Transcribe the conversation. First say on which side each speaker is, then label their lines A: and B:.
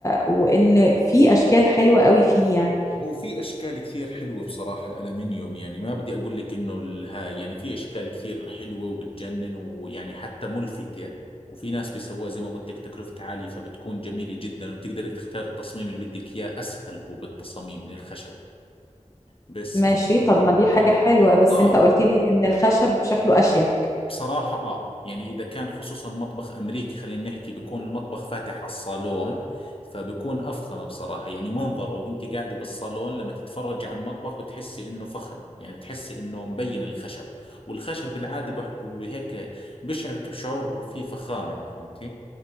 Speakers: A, on the left; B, on the left.
A: وان في اشكال حلوه قوي فيه يعني
B: هو في اشكال كثير حلوه بصراحه الالمنيوم يعني ما بدي اقول لك انه الهاي يعني في اشكال كثير حلوه وبتجنن ويعني حتى ملفته وفي ناس بيسووها زي ما قلت لك تكلفتها عاليه فبتكون جميله جدا وبتقدر تختار التصميم اللي بدك اياه اسهل هو بالتصاميم من الخشب بس
A: ماشي
B: انه
A: طب ما دي حاجة
B: كال...
A: حلوة بس
B: اه
A: انت قلت لي ان الخشب شكله اشيك
B: بصراحة آه يعني إذا كان خصوصا مطبخ أمريكي خلينا نحكي بيكون المطبخ فاتح على الصالون فبيكون أفخم بصراحة يعني منظره وأنت قاعدة بالصالون لما تتفرجي على المطبخ بتحسي إنه فخم يعني بتحسي إنه مبين الخشب والخشب بالعادة بح- بهيك بشعرك بشعور فيه فخامة فهمتي؟